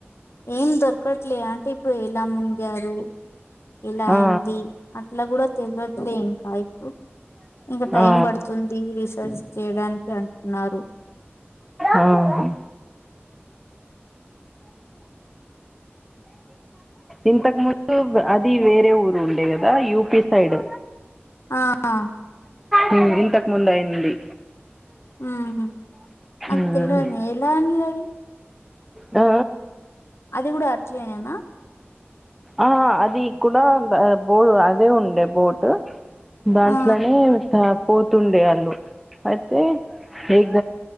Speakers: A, on the left; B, in the centre.
A: ఏం దొరకట్లే అంటే ఇప్పుడు ఎలా మునిగారు ఇలా అయింది
B: ఆ
A: అట్లా కూడ తేల్వట్లే ఇంకా ఇప్పుడు ఇగ టైం
B: ఆ
A: పడుతుం ది రీసెర్చ్ చేయడానికి అంటున్నారు
B: ఆహా ఉమ్. ఇంతకు ముందు అది వేరే ఊరు ఉండే కద యూపి సైడ్
A: ఆ
B: హ్మ్ ఇంతకు ముందు అయింది
A: ఉహ్మ్ <unintelligible>
B: మ్మ్
A: ఎలా అండి అది
B: ఆ
A: అది గూడ అట్లేనెన
B: ఆ అది కూడ ఆ బా బో అదే ఉండే బోటు దాంట్లోనే
A: ఆ
B: పోతుండే ఆళ్ళు అయితే ఏ